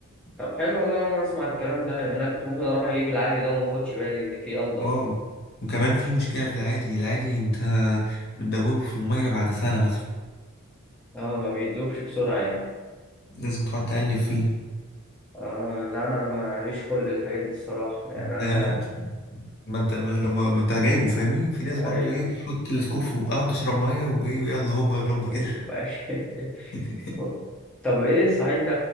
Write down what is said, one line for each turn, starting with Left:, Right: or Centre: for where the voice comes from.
Centre: طب حلو والله أنا أول مرة أسمع الكلام ده يعني أنا كنت ممكن أروح أجيب العادي ده وما أخدش بالي إن فيه أنضف
Left: واو وكمان في مشكلة في العادي العادي انت بتدوبه في المية بعد سنة مثلا
Centre: آه ما بيدوبش بسرعة يعني
Left: لازم تقعد تقلب فيه
Centre: آه لا أنا ماليش خلق الحاجات دي الصراحة يعني أنا
Left: لا لا ما انت ما لما ما انت جايبه فاهمني في ناس
Centre: أيوة.
Left: برضو ايه بتحط السكوب في بقها بتشرب مية وايه ويلا هوبا
Centre: <laughs>
Left: هوبا كده <laughs>
Centre: طب إيه صحيح أنت